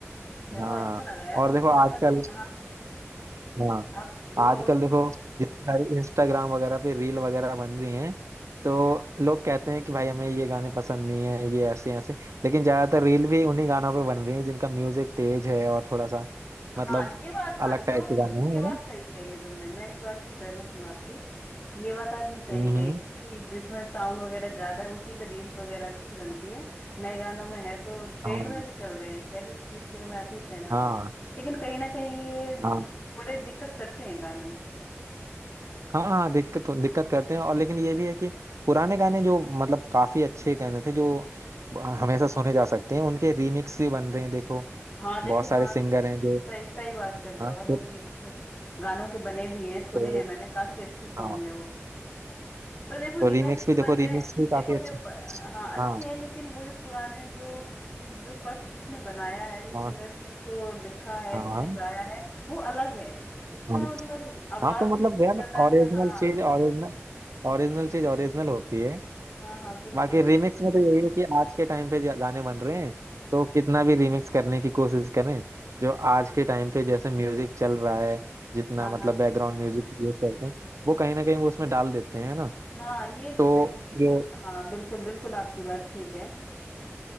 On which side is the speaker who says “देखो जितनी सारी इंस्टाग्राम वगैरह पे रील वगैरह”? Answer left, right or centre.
Right